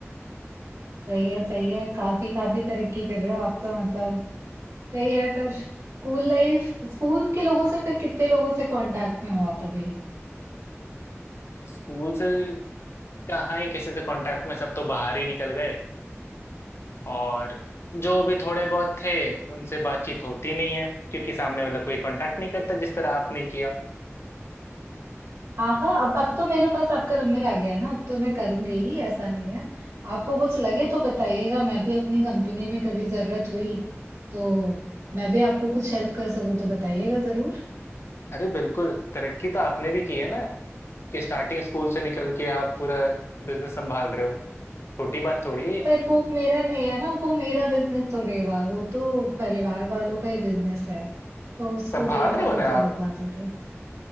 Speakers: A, on the right; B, on the left.
A: सही है सही है काफी काफी तरक्की कर रहे हो आप तो मतलब सही है पर स्कूल लाइफ स्कूल के लोगों से फिर कितने लोगों से कांटेक्ट में हो आप अभी
B: स्कूल से कहाँ ही किसी से कांटेक्ट में सब तो बाहर ही निकल गए और जो भी थोड़े बहुत थे उनसे बातचीत होती नहीं है क्योंकि सामने वाला कोई कांटेक्ट नहीं करता जिस तरह आपने किया
A: हाँ हाँ अब अब तो मेरे पास आपका नंबर आ गया है ना अब तो मैं करूंगी ही ऐसा नहीं है आपको कुछ लगे तो बताइएगा मैं भी अपनी कंपनी में कभी जरूरत हुई तो मैं भी आपको कुछ हेल्प कर सकूँ तो बताइएगा जरूर
B: अरे बिल्कुल तरक्की तो आपने भी की है ना कि स्टार्टिंग स्कूल से निकल के आप पूरा बिजनेस संभाल रहे हो छोटी बात थोड़ी है
A: पर वो मेरा नहीं है ना वो मेरा बिजनेस थोड़े हुआ वो तो परिवार वालों का ही बिजनेस है तो उसको
B: संभाल
A: देखना
B: रहे हो
A: वो
B: ना
A: तो अलग
B: आप
A: बात होती है